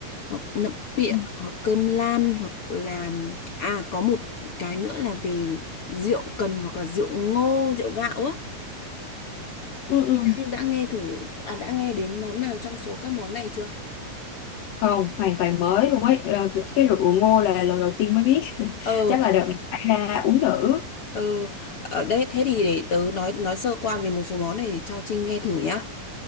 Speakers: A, on the left (about 55°); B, on the left (about 80°).
A: hoặc nậm bịa
B: Ừ.
A: hoặc cơm lam hoặc là à có một cái nữa là về rượu cần hoặc là rượu ngô rượu gạo á
B: ừ, ừ.
A: anh đã, đã nghe thử à đã nghe đến món nào trong số các món này chưa
B: Không, hoàn toàn mới luôn ấy. Ờ, Cái rượu ngô là lần đầu tiên mới biết. <laughs>
A: ờ
B: Chắc là đợt này phải ra uống thử.
A: ờ ở đây thế thì để tớ nói nói sơ qua về một số món này để cho Trinh nghe thử nhá